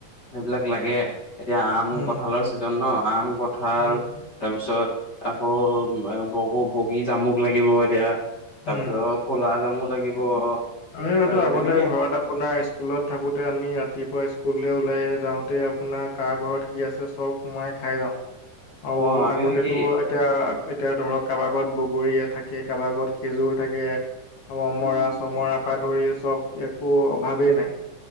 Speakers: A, on the left (about 35°); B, on the left (about 65°).
A: এইবিলাক লাগে এতিয়া আম,
B: উম,
A: কঁঠালৰ ছিজন ন আম, কঁঠাল।
B: উম,
A: তাৰপিছত আকৌ বগ বগী জামুক লাগিব এতিয়া। তাৰপিছত
B: উম।
A: কলা জামু লাগিব।
B: আৰু
A: তাৰপিছত
B: এইটো আগতে
A: তেনেকে
B: ঘৰত আ পোনাৰ স্কুলত থাকোঁতে আমি ৰাতিপুৱা স্কুললৈ ওলাই যাওঁতে আপোনাৰ কাৰ ঘৰত কি আছে চব সোমাই খাই যাওঁ। আৰু
A: অ আমিও
B: আগতেতো
A: কি
B: এতিয়া এতিয়া ধৰক কাৰোবাৰ ঘৰত বগৰীয়ে থাকে, কাৰোবাৰ ঘৰত খেজুৰ থাকে, আৰু অমৰা
A: উম
B: চমৰা পৰা ধৰি চব একো অভাৱেই নাই।